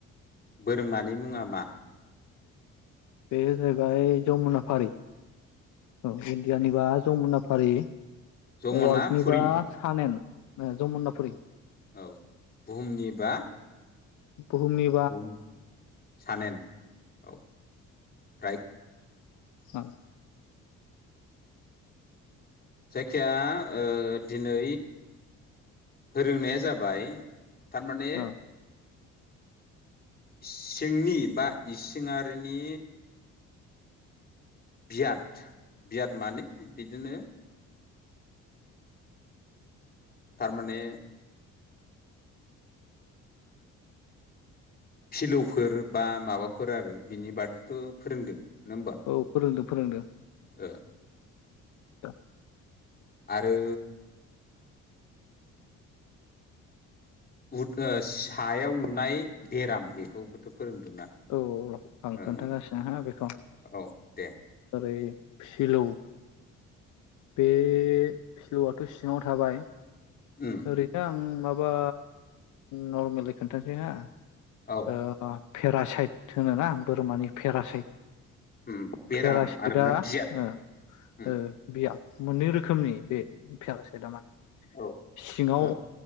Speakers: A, on the left (about 30°); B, on the left (about 70°).
A: बोरमानि मुङा मा?
B: बे जाहैबाय जमुनाफारि। औ इण्डियानि बा जमुनाफारि।
A: जमुना
B: वर्ल्डनिबा
A: फुरि
B: सानेन जमनाफुरि।
A: औ बुहुमनिबा
B: बुहुमनि
A: बुहुम सानेन औ राइट
B: उम
A: जायखिया ओ दिनै फोरोंनाया जाबाय थारमाने
B: औ
A: सिंनि बा इसिङारिनि बियाद बियाद माने बिदिनो थारमाने फिलौफोर बा माबाफोर आरो बिनि बागैथ' फोरोंदों नङा होमबा?
B: औ फोरोंदों फोरोंदों।
A: ओ
B: <inaudible>
A: आरो बुहुत‌ सायाव नुनाय बेराम बेखौबोथ' फोरोंदोंना।
B: औ आं
A: ओ
B: खोन्थागासिनो हा बेखौ
A: औ दे
B: ओरै फिलौ बे फिलौआथ' सिङाव थाबाय।
A: उम
B: ओरैनो आं माबा नरमेलै खोन्थानोसै हा
A: औ
B: ओ पेरासाइट होनोना बोरमानि पेरासाइट
A: उम बेराम
B: पेरासाइता
A: आरोना बियाद
B: ओ
A: उम
B: ओ बियाब मोननै रोखोमनि बे फेरासाइदा मा
A: औ ओ
B: सिङाव
A: औ